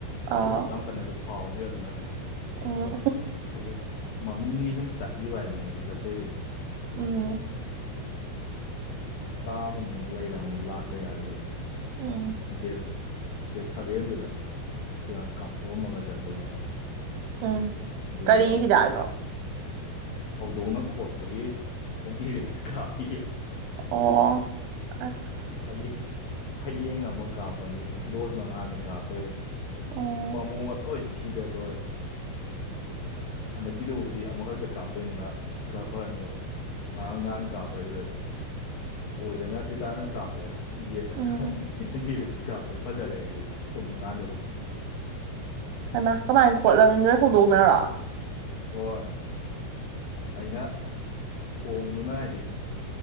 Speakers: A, on the left (about 80°); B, on the right (about 80°).
A: ꯀꯩꯁꯨ
B: ꯑ
A: ꯌꯥꯝ ꯀꯟꯅꯁꯨ ꯐꯥꯎꯗꯦ ꯑꯗꯨꯅꯅꯦ
B: ꯎꯝ
A: ꯑꯩꯁꯨ ꯃꯃꯤꯡꯒꯤ ꯁꯨꯝ ꯆꯠꯂꯤꯕ ꯍꯥꯏꯗꯅ ꯑꯩꯁꯨ ꯆꯠꯇꯣꯏꯁꯦ
B: ꯎꯝ
A: ꯍꯞꯇꯥ ꯑꯃꯨꯛ ꯑꯃꯨꯛ ꯂꯩꯔ ꯑꯃꯨꯛ ꯂꯥꯛꯇ ꯌꯥꯈꯤꯔꯣꯏ
B: ꯎꯝ
A: ꯗꯦꯠ ꯗꯦꯠ ꯁꯚꯦꯟꯗꯨꯗ ꯍꯤꯗꯥꯛ ꯀꯥꯞꯊꯣꯛꯑꯝꯃꯒ ꯆꯠꯇꯣꯏꯅꯦꯕ
B: ꯎꯝ
A: ꯑꯗꯨꯒ
B: ꯀꯔꯤ ꯍꯤꯗꯥꯛꯅꯣ
A: ꯍꯧꯗꯣꯡꯅ ꯈꯣꯠꯄꯒꯤ ꯑꯦꯟꯇꯤ ꯔꯦꯕꯤꯁ ꯀꯥ ꯄꯤꯌꯦ
B: ꯑꯣ ꯑꯁ
A: ꯍꯌꯦꯡ ꯍꯌꯦꯡ ꯑꯃ ꯀꯥꯞꯄꯅꯤ ꯗꯣꯁ ꯃꯉꯥꯅꯤ ꯀꯥꯞꯇꯣꯏ
B: ꯑꯣ
A: ꯑꯁ ꯄꯥꯝꯕꯨꯡꯒ ꯂꯣꯏ ꯁꯤꯗ ꯂꯣꯏ ꯍꯟꯗꯛꯀꯤꯗꯨꯕꯨꯗꯤ ꯑꯃꯈꯛꯇ ꯀꯥꯞꯇꯣꯏꯅꯤꯅ ꯈꯔ ꯐꯅꯤ ꯉꯔꯥꯡ ꯅꯍꯥꯟ ꯀꯥꯞꯄꯩꯗꯨꯗꯤ ꯑꯣꯏꯗꯅ ꯇꯦꯇꯥꯅꯁꯨ ꯀꯥꯞꯄꯦ ꯑꯗꯣ ꯌꯦꯠꯇꯅꯊꯤ
B: ꯎꯝ
A: ꯀꯥꯞꯄꯦ ꯐꯖꯔꯦ ꯑꯩꯗꯨꯗ ꯇꯨꯝꯃ ꯀꯥꯟꯗꯗꯤ
B: ꯍꯃ ꯀꯃꯥꯏꯅ ꯈꯣꯠꯂꯅꯤ ꯅꯣꯏ ꯍꯧꯗꯣꯛꯅꯔꯣ
A: ꯍꯣꯏ ꯑꯩꯅ ꯈꯣꯡꯗꯨꯅ ꯍꯥꯏꯗꯤ